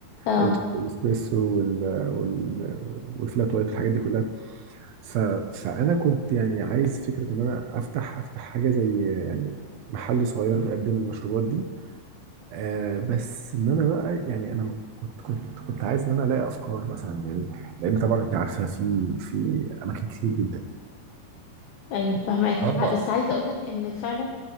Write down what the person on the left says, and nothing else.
اه
ايوه فاهمك
بس عايزة اقولك ان فعلا